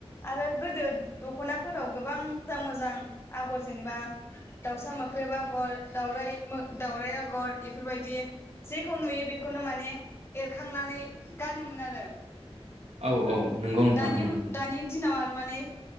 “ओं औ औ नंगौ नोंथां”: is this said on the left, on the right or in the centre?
Right